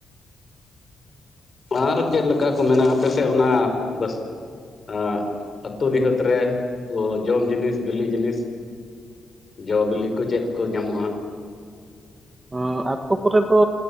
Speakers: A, on the left; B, on the right.
A: ᱟᱨ ᱪᱮᱫ ᱞᱮᱠᱟ ᱠᱚ ᱢᱮᱱᱟᱜᱼᱟ, ᱟᱯᱮ ᱥᱮᱫ ᱚᱱᱟ ᱵᱟᱥ ᱟᱻ ᱟᱹᱛᱩ ᱰᱤᱦᱟᱹᱛ ᱨᱮ ᱡᱚᱢ ᱡᱤᱱᱤᱥ, ᱵᱤᱞᱤ ᱡᱤᱱᱤᱥ, ᱡᱚ ᱵᱤᱞᱤ ᱠᱚ ᱪᱮᱫ ᱠᱚ ᱧᱟᱢᱚᱜᱼᱟ?
B: ᱦᱮᱸ ᱟᱹᱛᱩ ᱠᱚᱨᱮ ᱫᱚ